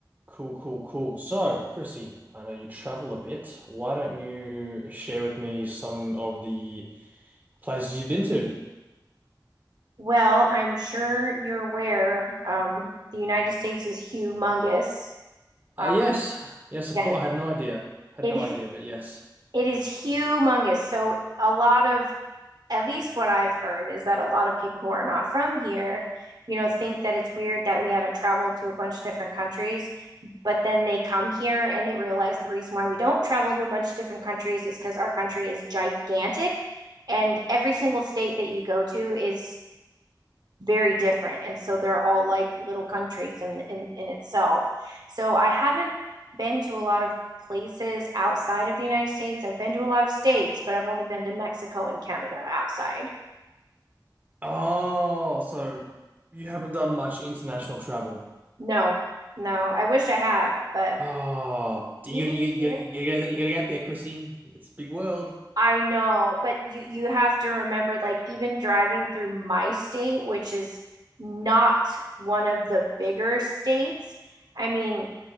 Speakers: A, on the right (about 25°); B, on the right (about 60°).
A: Cool, cool, cool. So, Chrissy, I know you travel a bit. Why don't you share with me some of the places you've been to?
B: Well, I'm sure you're aware, um, the United States is humongous. Um,
A: Uh, yes, yes, of
B: yeah,
A: course. I had no idea. Had
B: it
A: no
B: is,
A: idea, but yes.
B: it is humongous. So a lot of, at least what I've heard is that a lot of people who are not from here, you know, think that it's weird that we haven't traveled to a bunch of different countries, but then they come here and they realize the reason why we don't travel to a bunch of different countries is because our country is gigantic. And every single state that you go to is very different and so they're all like little countries in, in in itself so i haven't been to a lot of places outside of the united states i've been to a lot of states but i've only been to mexico and canada outside
A: Oh, so you haven't done much international travel.
B: no no i wish i have but
A: Oh, do
B: even
A: you you you
B: here
A: you gotta you gotta get there, Chrissy. It's a big world.
B: i know but you you have to remember like even driving through my state which is not one of the bigger states i mean